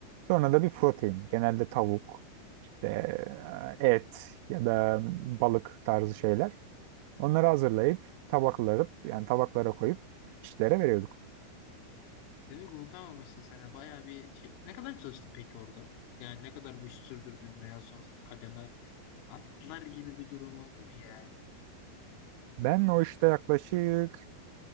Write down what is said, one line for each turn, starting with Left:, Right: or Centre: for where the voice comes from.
Right: Sonra da bir protein. Genelde tavuk, işte e, et ya da balık tarzı şeyler. Onları hazırlayıp tabaklarıp yani tabaklara koyup işlere veriyorduk.
Left: Demek unutamamışsın sen de. Bayağı bir şey. Ne kadar çalıştın peki orada? Yani ne kadar bu işi sürdürdün veya sonrasında kademe atlar gibi bir durum oldu mu yani?
Right: Ben o işte yaklaşık